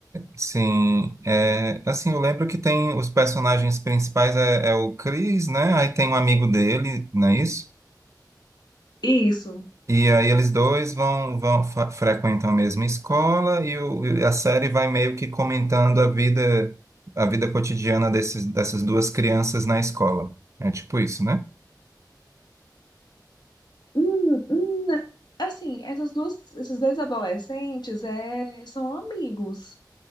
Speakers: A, on the right; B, on the left.
A: sim. É, assim, eu lembro que tem os personagens principais é, é o Chris, né? Aí tem um amigo dele, não é isso?
B: Isso.
A: E aí eles dois vão, vão fa- frequentam a mesma escola e, o- e a série vai meio que comentando a vida a vida cotidiana desses, dessas duas crianças na escola. É tipo isso, né?
B: Hum, hum, assim, essas duas, esses dois adolescentes é, são amigos,